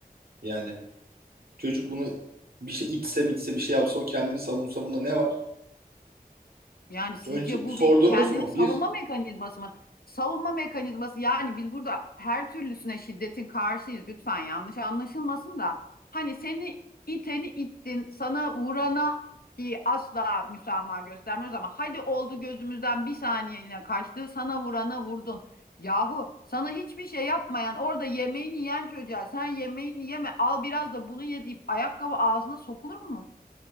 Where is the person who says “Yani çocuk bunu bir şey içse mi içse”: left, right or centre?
Right